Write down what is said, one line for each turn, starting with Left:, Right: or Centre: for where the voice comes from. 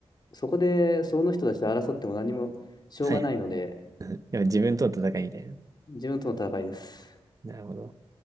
Left: そこで、その人たちと争っても何もしょうがないので、
Right: はい。でも自分との戦いみたいな。
Left: 自分との戦いです。
Right: なるほど。